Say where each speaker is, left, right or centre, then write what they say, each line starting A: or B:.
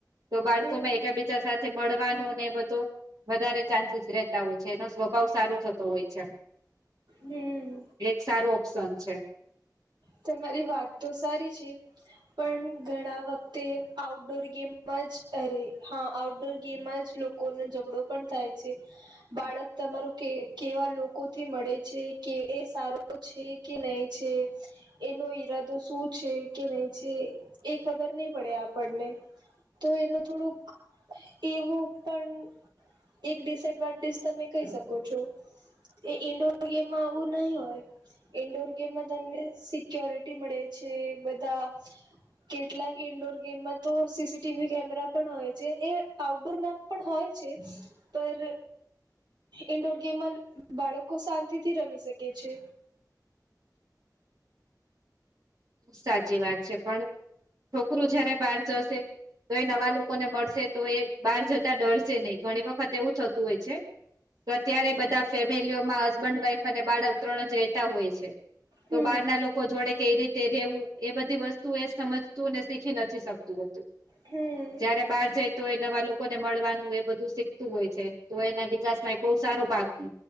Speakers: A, on the right (about 60°); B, on the right (about 85°).
A: તો બાળકો
B: હમ
A: માં એકબીજા સાથે મળવાનો ને બધો વધારે ચાન્સીસ રતા હોય છે એવ ભાવ સારું થતો હોય છે
B: હમ
A: એક સારું ઓપ્શન છે
B: તમારી વાત તો સારી છે પણ ઘણા વખતે આઉટડોર ગેમમાં જ અરે હા આઉટડોર ગેમ જ લોકો લોકોને ઝઘડો પણ થાય છે બાળક તમારું કે કેવા લોકો થી મળે છે કે એ સારું છે કે નહી છે એનો ઈરાદો શું છે કે નહી છે એ ખબર નહી પડે આપણને તો એનું થોડુંક એવું પણ એક ડિસએડવાન્ટેજ તમે કહી શકો છો એ ઈન્ડોર ગેમમાં આવું નહીિ હોય ઈન્ડોર ગેમમાં તમને સિક્યોરિટી મળે છે બધા કેટલાક ઇન્ડોર ગેમમાં તો સીસીટીવી કેમેરા પણ હોય છે એ આઉટડોર મેપ પણ હોય છે પર ઇન્ડોર ગેમમાં બાળકો શાંતિથી રમી શકે છે
A: સાચી વાત છે પણ છોકરું જયારે બહાર જશે તો એ નવા લોકોને મળશે તો એ બહાર જતા ડર છે નહી ઘણી વખત એવું થતું હોય છે અત્યારે બધા ફેમિલીઓમાં હસબન્ડ વાઈફ અને બાળક ત્રણ જ રહેતા હોય છે
B: હમ
A: તો બહારના લોકો લોકો જોડે કઈ રીતે રેવું એ બધી વસ્તુ એ સમજતું ને શીખી નથી શકતું
B: હમ
A: જયારે બહાર જઈ તો એ નવા લોકોને મળવાનું એ બધું શીખતું હોય છે તો એના વિકાસમાં એક બહુ સારો ભાગ છે